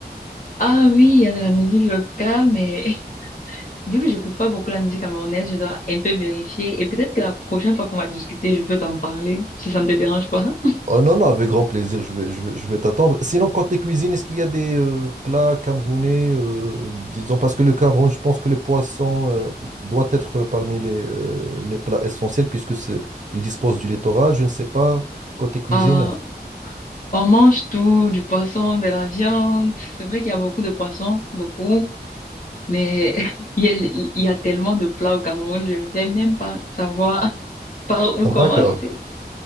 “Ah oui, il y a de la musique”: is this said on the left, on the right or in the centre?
Left